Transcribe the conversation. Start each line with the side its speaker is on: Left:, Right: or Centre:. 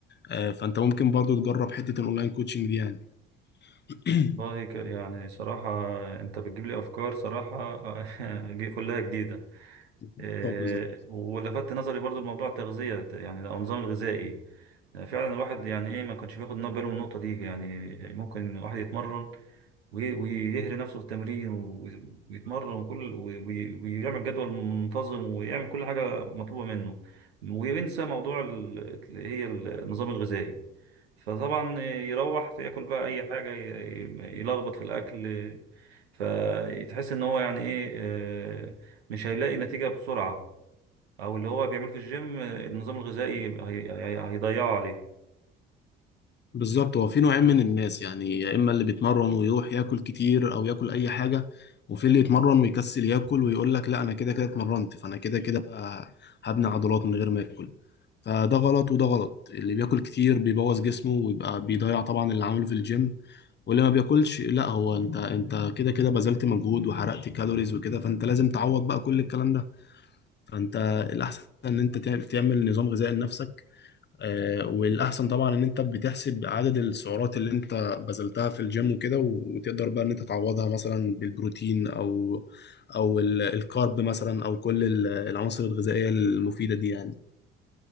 Left: آه، فانت ممكن برضو تجرب حته الاونلاين كوتشنج دي يعني <coughs>
Right: والله ك- يعني صراحة أنت بتجيب لي أفكار صراحة <laughs> ج- كلها جديدة
Left: <clears throat>
Right: إيه،
Left: اه بالظبط.
Right: ولفت نظري برضو الموضوع التغذية يعني أو النظام الغذائي فعلا الواحد يعني إيه ما كانش بياخد باله من النقطة دي يعني ممكن الواحد يتمرن وي- ويهري نفسه في التمرين وي- ويتمرن وكل وي- وي- ويعمل جدول منتظم ويعمل كل حاجة مطلوبة منه وينسى موضوع ال- اللي هي النظام الغذائي فطبعا يروح ياكل بقى اي حاجه ي- يلخبط في الاكل فتحس ان هو يعني ايه آه، مش هيلاقي نتيجه بسرعه او اللي هو بيعمله في الجيم آه، النظام الغذائي هي- هي- هيضيعه عليه
Left: بالظبط هو في نوعين من الناس يعني يا اما اللي بيتمرن ويروح ياكل كتير او ياكل اي حاجه وفي اللي يتمرن ويكسل ياكل ويقول لك لا انا كده كده اتمرنت فانا كده كده هبني عضلات من غير ما اكل فده غلط وده غلط اللي بياكل كتير بيبوظ جسمه ويبقى بيضيع طبعا اللي عمله في الجيم واللي ما بياكلش لا هو انت انت كده كده بذلت مجهود وحرقت كالوريز وكده فانت لازم تعوض بقى كل الكلام ده فانت الاحسن ان انت تعمل نظام غذائي لنفسك آه، والاحسن طبعا ان انت بتحسب عدد السعرات اللي انت بذلتها في الجيم وكده و- وتقدر بقى ان انت تعوضها مثلا بالبروتين او او ال- الكارب مثلا او كل ال- العناصر الغذائيه المفيده دي يعني